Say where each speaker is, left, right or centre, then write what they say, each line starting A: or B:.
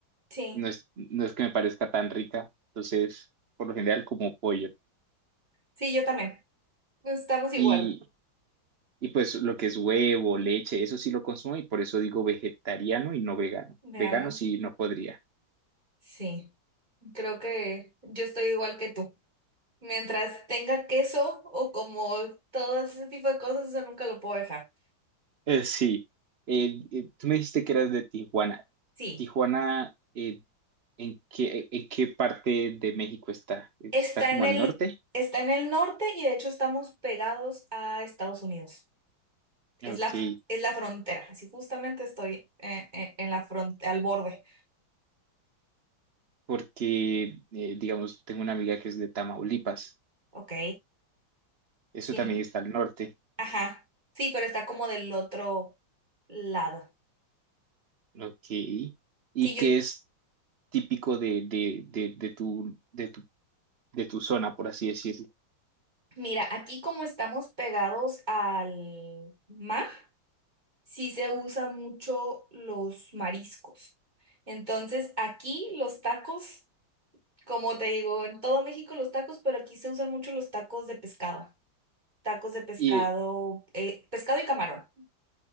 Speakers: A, on the right; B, on the right.
A: sí,
B: No es, no es que me parezca tan rica. Entonces, por lo general, como pollo.
A: sí, yo también. Estamos igual.
B: Y, y pues lo que es huevo, leche, eso sí lo consumo y por eso digo vegetariano y no vegano.
A: Me
B: Vegano
A: ganaron.
B: sí no podría.
A: Sí, creo que yo estoy igual que tú. Mientras tenga queso o como todo ese tipo de cosas, eso nunca lo puedo dejar.
B: Eh, sí. Eh, eh, tú me dijiste que eras de Tijuana.
A: Sí.
B: Tijuana, eh, ¿En qué, en qué parte de México está? ¿Está
A: Está
B: como
A: en el,
B: al norte?
A: está en el norte y de hecho estamos pegados a Estados Unidos. Es
B: Ok,
A: la, es la frontera. Así justamente estoy eh, eh, en la frontera, al borde.
B: porque, eh, digamos, tengo una amiga que es de Tamaulipas.
A: Ok.
B: Eso
A: Sí,
B: también está al norte.
A: ajá. Sí, pero está como del otro lado.
B: Ok. ¿Y
A: Sí, yo,
B: qué es típico de, de, de, de tu, de tu, de tu zona, por así decirlo?
A: mira, aquí como estamos pegados al mar, sí se usa mucho los mariscos. Entonces, aquí los tacos. Como te digo, en todo México los tacos, pero aquí se usan mucho los tacos de pescado. Tacos de pescado,
B: Y,
A: eh, pescado y camarón.